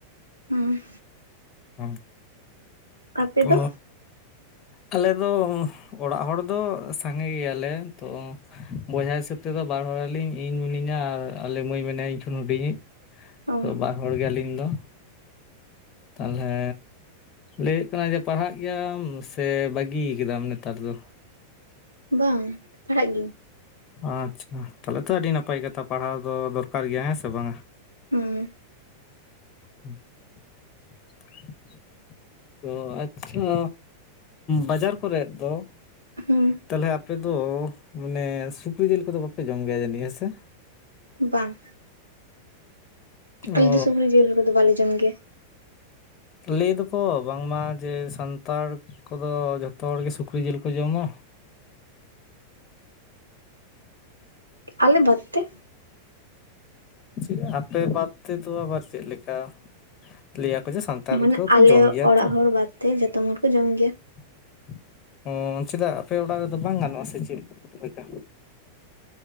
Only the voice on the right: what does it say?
ᱦᱩᱸ᱾
ᱟᱯᱮ
ᱫᱚ
ᱚ
ᱵᱟᱝ ᱯᱟᱲᱦᱟᱜ ᱜᱤᱭᱟᱹᱧ ᱾
ᱦᱩᱸ᱾
ᱦᱩᱸ
ᱵᱟᱝ ᱾ ᱟᱞᱮ
ᱫᱚ ᱥᱩᱠᱨᱤ ᱡᱮᱞ ᱠᱚᱫᱚ ᱵᱟᱞᱮ ᱡᱚᱢ ᱜᱮᱭᱟ ᱾
ᱟᱞᱮ ᱵᱟᱫ ᱛᱮ ᱾
ᱢᱟᱱᱮ
ᱟᱞᱮ
ᱚᱲᱟᱜ
ᱦᱚᱲ ᱵᱟᱫ ᱛᱮ ᱡᱚᱛᱚᱢ ᱦᱚᱲ ᱠᱚ ᱡᱚᱢ ᱜᱮᱭᱟ